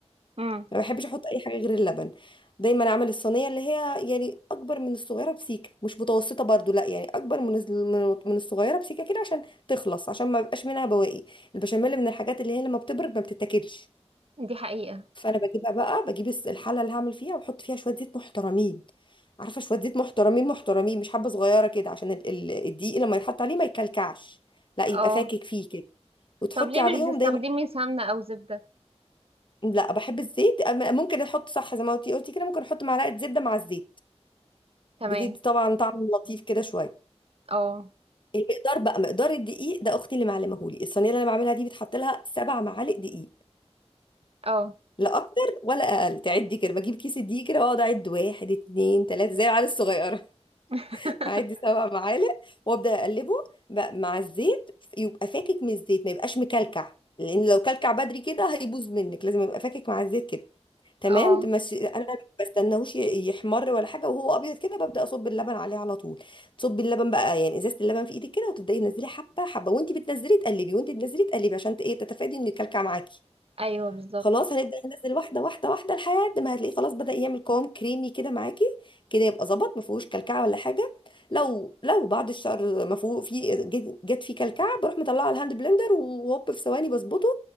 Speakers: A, on the right (about 55°); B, on the left (about 45°).
A: امم
B: ما بحبش احط اي حاجه غير اللبن دايما اعمل الصينيه اللي هي يعني اكبر من الصغيره بسيكه مش متوسطه برضو لا يعني اكبر من الز- من من الصغيره بسيكه كده عشان تخلص عشان ما بيبقاش منها بواقي البشاميل من الحاجات اللي هي لما بتبرد ما بتتاكلش
A: دي حقيقة
B: فانا بجيبها بقى بجيب الس- الحله اللي هعمل فيها واحط فيها شويه زيت محترمين عارفه شويه زيت محترمين محترمين مش حبه صغيره كده عشان ال- ال- الدقيق لما يتحط عليه ما يكلكعش لا
A: اه
B: يبقى فاكك فيه كده وتحطي
A: طب ليه
B: عليهم
A: مش بتستخدمي
B: دايما
A: سمنة او زبدة
B: لا بحب الزيت أما- ممكن احط صح زي ما انتي قلتي كده ممكن احط معلقه زبده مع الزيت
A: تمام
B: بتدي طبعا طعم لطيف كده شويه
A: اه
B: المقدار بقى مقدار الدقيق ده اختي اللي معلمهولي الصينيه اللي انا بعملها دي بتحط لها سبع معالق دقيق
A: اه
B: لا اكتر ولا اقل تعدي كده بجيب كيس الدقيق كده واقعد اعد واحد اتنين تلاته زي العيال الصغيره
A: <laughs>
B: هعدي سبع معالق وابدا اقلبه بقى مع الزيت يبقى فاكك من الزيت ما يبقاش مكلكع لان لو كلكع بدري كده هيبوظ منك لازم يبقى فاكك مع الزيت كده تمام
A: اه
B: تمشي انا ما بستناهوش ي- يحمر ولا حاجه وهو ابيض كده ببدا اصب اللبن عليه على طول تصبي اللبن بقى يعني ازازه اللبن في ايدك كده وتبداي تنزلي حبه حبه وانت بتنزلي تقلبي وانت بتنزلي تقلبي عشان ت- ايه تتفادي انه يكلكع معاكي
A: ايوه بالظبط
B: خلاص هنبدأ ننزل واحدة واحدة واحدة لحد ما هتلاقيه خلاص بدأ يعمل قوام كريمي كده معاكي كده يبقى ظبط ما فيهوش كلكعة ولا حاجة لو لو بعد الشهر ما فيه في جت جت فيه كلكعة بروح مطلعه على الهاند بلندر وهوب في ثواني بظبطه